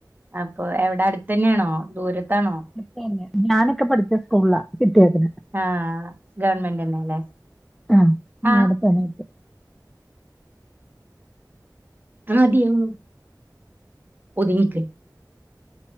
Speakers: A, on the right; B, in the centre.
A: അപ്പൊ എവടെ അട്ത്ത ന്ന്യാണോ ദൂരത്താണോ
B: പിന്നെ, ഞാനൊക്കെ പഠിച്ച സ്കൂൾളാ കിട്ടിയത്
A: ആഹ് ഗവൺമെന്റ്ന്നല്ലേ
B: ആഹ്
A: ആഹ്
B: <unintelligible>
A: ആദ്യം ഒതുങ്ങിക്ക്